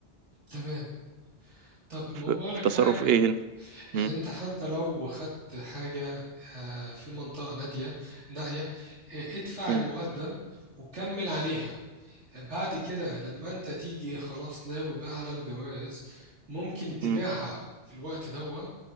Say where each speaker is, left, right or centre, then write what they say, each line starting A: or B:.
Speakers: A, on the right; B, on the right.
A: تمام طب
B: ف-
A: ما بقولك
B: في تصرف
A: حاجة
B: إيه هنا
A: يعني
B: م-
A: انت حتى لو خدت حاجة آه، في منطقة نادية نائية آه، ادفع
B: م-
A: المقدم وكمل عليها آه، بعد كده لما انت تيجي خلاص ناوي بقى على الجواز ممكن تبيعها
B: م-
A: في الوقت ده